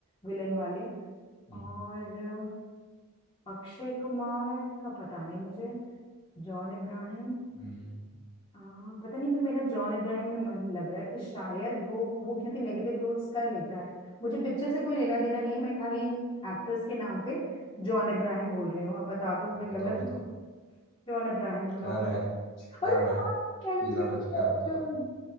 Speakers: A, on the left; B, on the left.
A: विलेन वाले
B: हम्म,
A: और अ, अक्षय कुमार का पता नहीं मुझे जॉन इब्राहिम
B: हम्म,
A: हाँ पता नहीं क्यों मेरा जॉन इब्राहिम में मन लग रहा है कि शायद वो वो क्योंकि नेगेटिव रोल्स कर लेता है मुझे पिक्चर से कोई लेना देना नहीं है मैं खाली इन एक्टर्स के नाम पे जॉन इब्राहिम बोल रही हूँ अब बता दो मैं
B: बताओ
A: गलत हूँ
B: बताओ
A: John Abraham lock
B: करेक्ट
A: अरे
B: करेक्ट
A: वाह, very
B: पिज्जा
A: good,
B: बच
A: very
B: गया आपका
A: good.